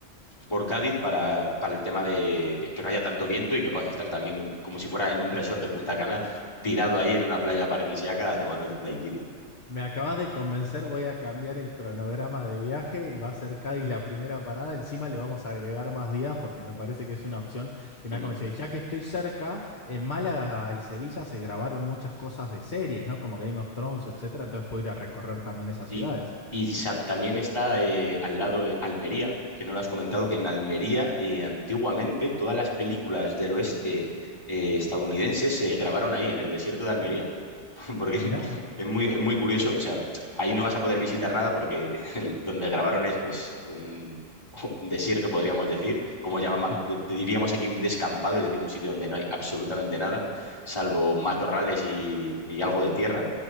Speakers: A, on the left; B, on the left.
A: por Cádiz para, para el tema de que, que, no haya tanto viento y que puedas estar también como si fuera en un resort de Punta Cana, tirado ahí en una playa paradisíaca tomándote un daiquiri.
B: me acabas de convencer, voy a cambiar el cronograma de viaje y va a ser Cádiz la primera parada. Encima le vamos a agregar más días porque me parece que es una opción que me
A: Mm.
B: ha convencido. Y ya que estoy cerca, en Málaga y Sevilla se grabaron muchas cosas de series, ¿no? Como Game of Thrones, etcétera. Entonces puedo ir a recorrer también esas
A: Y,
B: ciudades.
A: y sa- también está eh, al lado eh, Almería, que no lo has comentado,
B: Sí,
A: que en Almería eh, antiguamente todas las películas del oeste eh, estadounidenses se grabaron ahí, en el desierto de Almería. <laughs> porque
B: Mira.
A: es muy, es muy curioso. O sea, ahí no vas a poder visitar nada porque <laughs> el- donde grabaron es pues un, un desierto, podríamos decir, como llamamos,
B: sí.
A: diríamos aquí un descampado, es decir, un sitio donde no hay absolutamente nada, salvo matorrales y, y algo de tierra.